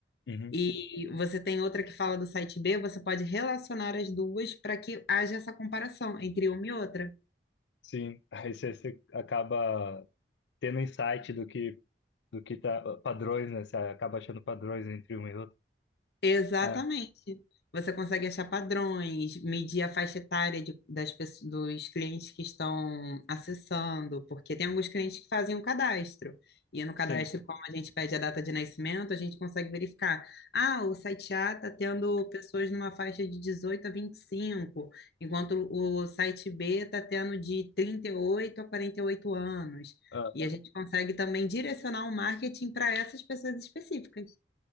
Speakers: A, on the left; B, on the left.
A: Uhum.
B: e você tem outra que fala do site B, você pode relacionar as duas para que haja essa comparação entre uma e outra.
A: Sim, aí você, você acaba tendo insight do que, do que tá, padrões, né? Você acaba achando padrões entre um e outro.
B: Exatamente.
A: É,
B: Você consegue achar padrões, medir a faixa etária de- das pessoas, dos clientes que estão acessando, porque tem alguns clientes que fazem um cadastro. E no cadastro,
A: sim.
B: como a gente pede a data de nascimento, a gente consegue verificar. Ah, o site A está tendo pessoas numa faixa de 18 a 25, enquanto o site B está tendo de 38 a 48 anos.
A: Ah,
B: E a gente consegue também direcionar o marketing para essas pessoas específicas.